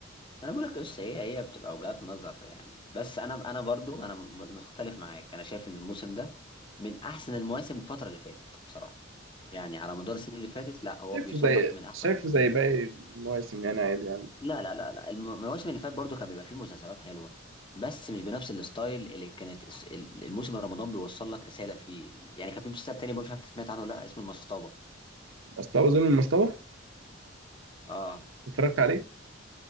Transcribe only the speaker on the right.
شايفه
زي
شايفه زي باقي المواسم يعني عادي يعني
مستوى ظلم المستوى
اتفرجت عليه؟